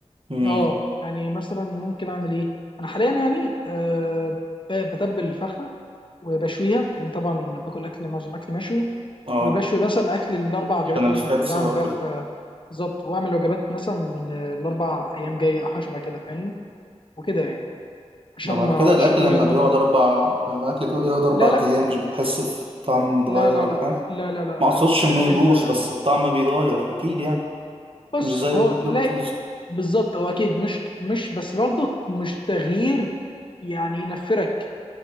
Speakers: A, on the right; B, on the left.
A: امم
B: اه يعني مثلا ممكن اعمل ايه انا حاليا يعني أه ب- بتبل الفرخه وبشويها لان طبعا باكل اكل معظم اكل مشوي
A: اه
B: وبشوي مثلا اكل الاربع وجبات
A: عشان الفاتس
B: مثلا يعني بعمل
A: بقى
B: امبارح
A: وكده
B: آه، بالظبط واعمل وجبات مثلا آه، الاربع ايام جايه او حاجه شبه كده فاهمني وكده يعني عشان
A: طب على
B: ما
A: كده
B: اقعدش
A: الاكل
B: كل
A: لما
B: يوم
A: بيقعد
B: اطبخ
A: اربع لما الاكل كده يقعد اربع
B: لا لا
A: ايام مش بتحس في طعم اتغير
B: لا لا
A: ولا
B: لا
A: حاجه
B: لا لا لا
A: ما اقصدش
B: لا لان
A: انه يبوظ
B: ال...
A: بس الطعم بيتغير اكيد يعني
B: بص
A: مش زي
B: هو
A: الاكل
B: لا
A: الطازج
B: بالظبط هو اكيد مش مش بس برضه مش تغيير يعني ينفرك